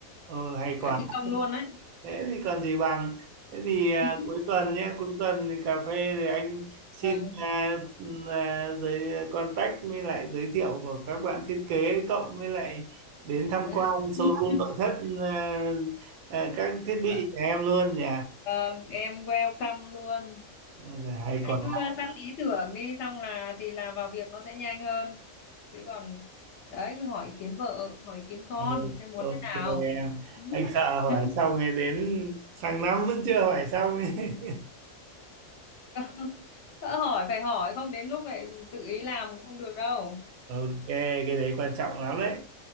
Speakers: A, on the right; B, on the left.
A: Ờ, hay quá.
B: cả thi công luôn đấy
A: thế thì còn gì bằng thế thì
B: <laughs>
A: à, cuối tuần nhé cuối tuần thì cà phê rồi anh xin
B: vâng
A: à, à, giới contact với lại giới thiệu của các bạn thiết kế cộng với lại đến tham
B: <laughs>
A: quan showroom nội thất à, à, các thiết bị
B: Vâng,
A: nhà em luôn nhỉ
B: Vâng, em welcome luôn.
A: Ôi giời, hay
B: Anh
A: còn
B: cứ
A: lắm.
B: sẵn ý tưởng đi xong là thì là vào việc nó sẽ nhanh hơn. Chứ còn đấy cứ hỏi ý kiến vợ, hỏi ý kiến con
A: Ừ,
B: xem muốn
A: ok
B: thế nào.
A: em
B: <laughs>
A: anh sợ hỏi xong rồi đến sang năm vẫn chưa hỏi xong <laughs>
B: Không, Đã hỏi phải hỏi không đến lúc lại tự ý làm không được đâu.
A: ok cái đấy quan trọng lắm đấy